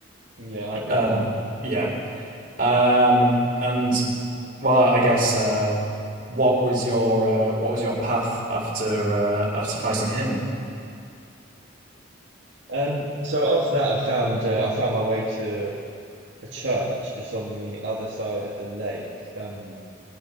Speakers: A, on the right; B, on the right.
A: Yeah, I agree
B: Um,
A: with that.
B: yeah. Um, and well, I guess. Uh, what was your uh, what was your path after uh, after fighting him?
A: Um, so after that, I found uh, I found my way to a church just on the other side of the lake. Um,